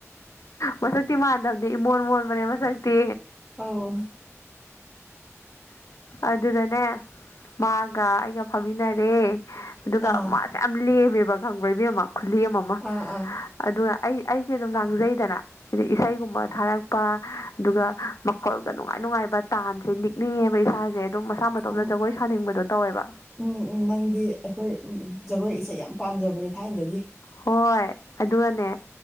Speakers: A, on the left; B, in the centre.
A: ꯃꯁꯛꯇꯤ ꯃꯥꯟꯗꯕꯅꯦ ꯏꯃꯣꯟ ꯃꯣꯟꯕꯅꯦ ꯃꯁꯛꯇꯤ
B: ꯑꯣ
A: ꯑꯗꯨꯗꯅꯦ ꯃꯥꯒ ꯑꯩꯒ ꯐꯝꯃꯤꯟꯅꯔꯦ ꯑꯗꯨꯒ
B: ꯑꯥ
A: ꯃꯥꯁꯦ ꯌꯥꯝ ꯂꯦꯝꯃꯦꯕ ꯈꯪꯕ꯭ꯔꯩꯕꯤ ꯑꯃ ꯈꯨꯂꯤ ꯑꯃ ꯑꯃ
B: ꯑꯥ ꯑꯥ
A: ꯑꯗꯨꯒ ꯑꯩ ꯑꯩꯁꯦ ꯑꯗꯨꯝ ꯂꯥꯡꯖꯩꯗꯅ ꯍꯥꯏꯗꯤ ꯏꯁꯩꯒꯨꯝꯕ ꯊꯥꯔꯛꯄ ꯑꯗꯨꯒ ꯃꯈꯣꯜꯒ ꯅꯨꯡꯉꯥꯏꯅ ꯅꯨꯡꯉꯥꯏꯕ ꯇꯥꯟꯁꯦ ꯅꯤꯛꯅꯤꯡꯉꯦꯕ ꯏꯁꯥꯁꯦ ꯑꯗꯨꯝ ꯃꯁꯥ ꯃꯇꯣꯝꯗ
B: ꯎꯝ
A: ꯖꯒꯣꯏ ꯁꯥꯅꯤꯡꯕꯗꯣ ꯇꯧꯋꯦꯕ
B: ꯎꯝ ꯎꯝ ꯅꯪꯗꯤ ꯑꯩꯈꯣꯏ ꯖꯒꯣꯏ ꯏꯁꯩ ꯌꯥꯝ ꯄꯥꯝꯖꯕꯅꯦ ꯊꯥꯏꯅꯗꯒꯤ
A: ꯍꯣꯏ ꯑꯗꯨꯒꯅꯦ